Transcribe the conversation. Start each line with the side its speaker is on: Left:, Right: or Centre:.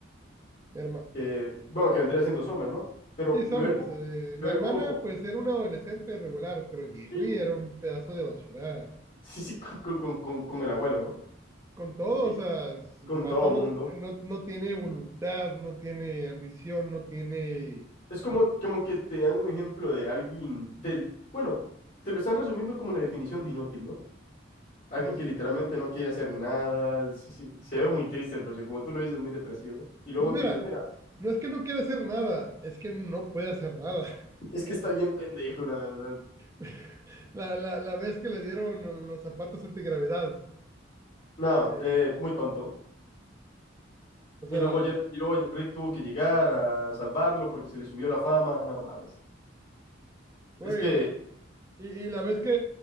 Right: La herma-
Left: que, bueno, que vendría siendo Summer, ¿no? Pero
Right: Sí, Summers.
Left: luego,
Right: eh, la
Left: luego,
Right: hermana, pues, era una adolescente regular, pero Jerry
Left: sí,
Right: era un
Left: <laughs>
Right: pedazo de basura.
Left: sí, sí, con, con, con, con con el abuelo, ¿no?
Right: Con todo,
Left: Y
Right: o sea, es- el
Left: con
Right: vato
Left: todo
Right: no,
Left: mundo.
Right: no, no tiene voluntad, no tiene ambición, no tiene,
Left: Es como, como que te dan un ejemplo de alguien del, bueno, te lo están resumiendo como la definición de inútil, ¿no? Alguien
Right: pues,
Left: que
Right: eh,
Left: literalmente no quiere hacer nada, sí, sí, se ve muy triste, pero como tú lo dices, muy depresivo. Y luego
Right: Pues mira,
Left: te dices, mira,
Right: no es que no quiera hacer nada, es que no puede hacer nada.
Left: es que está bien pendejo, la verdad.
Right: <laughs> La, la, la vez que le dieron los zapatos antigravedad,
Left: No,
Right: eh,
Left: eh, muy tonto.
Right: o sea,
Left: Y luego, ya- y luego Rick tuvo que llegar a salvarlo porque se le subió la fama. No mames.
Right: no,
Left: Es que
Right: y, y- y la vez que